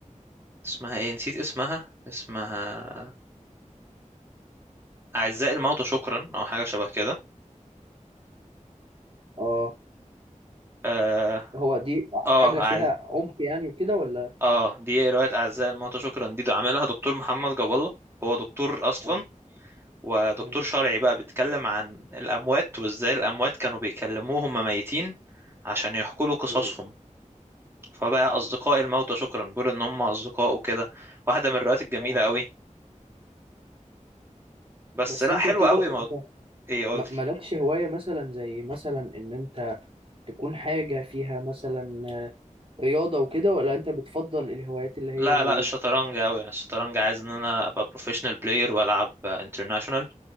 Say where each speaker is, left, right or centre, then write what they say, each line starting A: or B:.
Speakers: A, on the right; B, on the right.
A: اسمها ايه نسيت اسمها اسمها أعزائي الموتى شكرا أو حاجة شبه كده
B: اه
A: اه
B: هو دي
A: اه
B: حاجة فيها
A: أعز...
B: عمق يعني وكده ولا
A: اه دي رواية أعزائي الموتى شكرا دي ده عاملها دكتور محمد جاب الله هو دكتور أصلا
B: اه
A: ودكتور
B: مم.
A: شرعي بقى بيتكلم عن الأموات وإزاي الأموات كانوا بيكلموه هما ميتين عشان يحكوا له قصصهم
B: مم.
A: فبقى أصدقاء الموتى شكرا بيقول إن هم أصدقاء وكده واحدة من الروايات الجميلة
B: اه
A: قوي بس
B: بس
A: لا
B: انت
A: حلوة
B: كده
A: قوي مو...
B: انت
A: إيه قولي
B: ما- مالكش هواية مثلا زي مثلا ان انت تكون حاجة فيها مثلا رياضة وكده ولا انت بتفضل الهوايات اللي هي
A: لا
B: زي
A: لا الشطرنج قوي يعني الشطرنج عايز ان انا ابقى بروفيشنال بلاير والعب انترناشونال